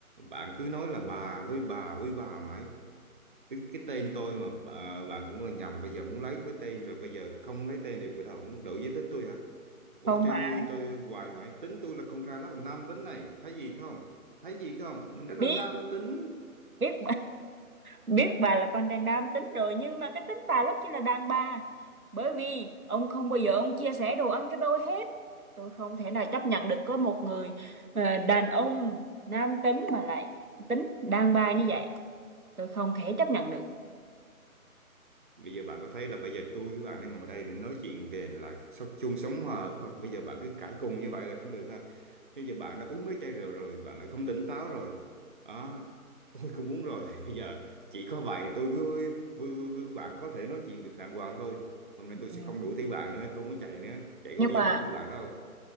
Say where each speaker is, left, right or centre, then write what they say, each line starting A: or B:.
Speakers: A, on the right; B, on the right.
A: bạn cứ nói là bà với bà với bà mãi cái, cái tên tôi mà à, bạn cũng là nhầm bây giờ muốn lấy cái tên rồi bây giờ không lấy tên được bắt đầu muốn đổi giới tính tôi hả bữa
B: Không
A: treo
B: phải.
A: ngươi tôi hoài mãi tính tôi là con trai rất là nam tính này thấy gì không thấy gì không mình rất
B: Biết,
A: là nam tính
B: biết biết bà là con trai nam tính rồi nhưng mà cái tính bà rất chi là đàn bà bởi vì ông không bao giờ ông chia sẻ đồ ăn cho tôi hết tôi không thể nào chấp nhận được có một người ờ, đàn ông nam tính mà lại tính đàn bà như vậy tôi không thể chấp nhận được
A: Bây giờ bạn có thấy là bây giờ tôi với bạn đang ngồi đây để nói chuyện về là sống chung sống hòa không? Bây giờ bạn cứ cãi cùn như vậy là không được ha. Bây giờ bạn đã uống mấy chai rượu rồi, bạn lại không tỉnh táo rồi. Đó, tôi cũng uống rồi <laughs> thì bây giờ chỉ có vậy tôi với, với, với, với bạn có thể nói chuyện được đàng hoàng thôi. Hôm nay tôi
B: Ừ.
A: sẽ không đuổi theo bạn nữa, không có chạy nữa. Chạy có
B: nhưng
A: bao giờ
B: mà
A: bắt được bạn đâu.